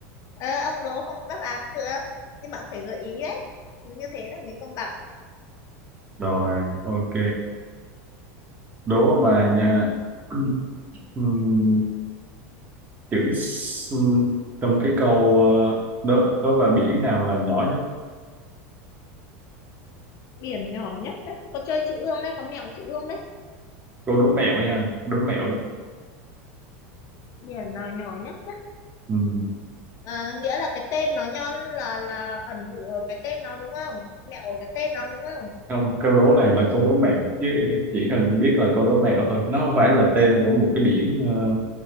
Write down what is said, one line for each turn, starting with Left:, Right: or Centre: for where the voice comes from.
Left: ờ, ông đố không đáp án cũng được nhưng mà ông phải gợi ý đấy như thế là mới công bằng
Right: rồi ok đố bà nha <clears throat> Ừm, chữ s- trong cái câu ờ, đố đố bà biển nào là nhỏ nhất
Left: biển nhỏ nhất đấy có chơi chữ ương đấy có mẹo chữ ương đấy
Right: cô đố mẹo nha đố mẹo đó
Left: biển nào nhỏ nhất đấy
Right: Ừm,
Left: Ờ, nghĩa là cái tên nó nhon là là ẩn dụ ở cái tên nó đúng không mẹo ở cái tên nó đúng không
Right: không câu đố này là câu đố mẹo chứ chỉ cần biết là câu đố mẹo thôi nó không phải là tên của một cái biển ờ,